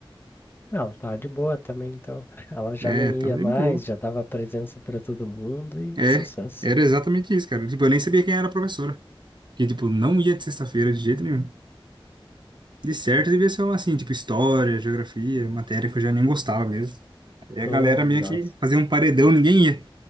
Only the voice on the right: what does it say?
É,
tava
de
boa.
É,
era exatamente isso, cara. Tipo, eu nem sabia quem era a professora. Que, tipo, não ia de sexta-feira de jeito nenhum. De certo, devia ser, uma, assim, tipo, história, geografia, matéria que eu já nem gostava mesmo. Aí a
galera meio
que fazia um paredão, ninguém ia.